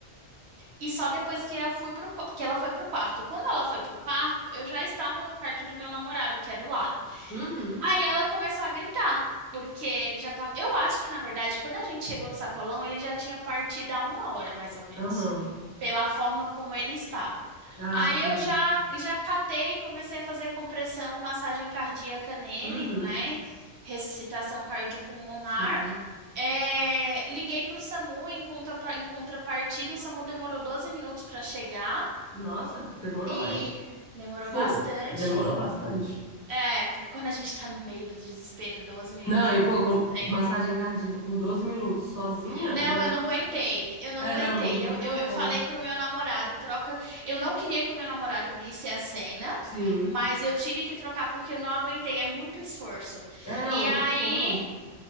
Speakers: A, on the right (about 65°); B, on the left (about 15°).
A: e só depois que eu fui pro, qua- que ela foi pro quarto. Quando ela foi pro quarto, eu já estava no quarto do meu namorado, que é do lado.
B: Uhum.
A: Aí ela começou a gritar, porque ele já tava. Eu acho que, na verdade, quando a gente chegou do sacolão, ele já tinha partido há uma hora, mais ou menos,
B: Aham.
A: pela forma como ele estava.
B: Ah,
A: Aí
B: sim.
A: eu já, já catei, comecei a fazer compressão, massagem cardíaca nele,
B: Uhum.
A: né? Ressuscitação cardiopulmonar.
B: Sim.
A: É, liguei para o SAMU em conta, em contrapartida, o SAMU demorou 12 minutos para chegar
B: Nossa, demorou,
A: e
B: hein?
A: demorou
B: Tipo,
A: bastante.
B: demorou bastante.
A: É, pra quando a gente tá no meio do desespero, 12 minutos
B: Não, e
A: é tanto
B: pô, com
A: tempo.
B: massagem cardíaca por 12 minutos sozinha,
A: Não,
B: imagina
A: eu não aguentei,
B: o que você fez.
A: eu não
B: É,
A: aguentei.
B: não, não, não
A: Eu,
B: tem
A: eu, eu
B: como.
A: falei pro meu namorado, troca. Eu não queria que o meu namorado visse a cena,
B: Sim.
A: mas eu tive que trocar porque eu não aguentei, é muito esforço.
B: É, não,
A: E
B: não
A: aí,
B: tem como.